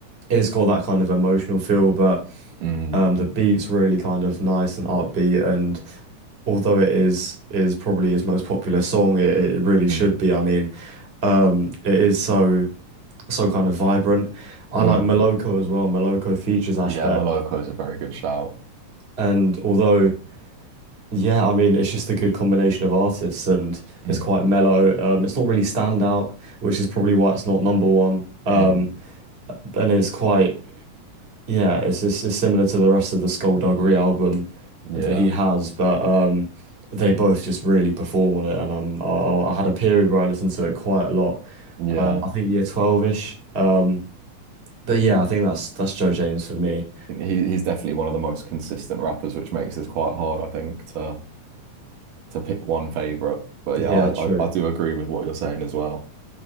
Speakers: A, on the right (about 20°); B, on the right (about 85°).
A: it's got that kind of emotional feel, but
B: Mm,
A: um, the beat's really kind of nice and upbeat and although it is is probably his most popular song, it, it really should
B: mm,
A: be. I mean, Um, it is so so kind of vibrant. I
B: mm.
A: like Moloko as well. Moloko features Ashbeck,
B: Yeah, Moloko is a very good shout.
A: and although yeah, I mean it's just a good combination of artists, and
B: Mm,
A: it's quite mellow. Um, it's not really standout, which is probably why it's not number one. Um,
B: mm,
A: and it's quite yeah, it's just it's similar to the rest of the Skullduggery album
B: yeah,
A: that he has, but um, they both just really perform on it, and um, I, I had a period where I listened to it quite a lot.
B: yeah.
A: Um, I think year 12-ish. But yeah, I think that's that's Joe James for me.
B: I think he he's definitely one of the most consistent rappers, which makes this quite hard, I think, to to pick one favorite. But
A: Yeah,
B: yeah, I
A: true.
B: I, I do agree with what you're saying as well.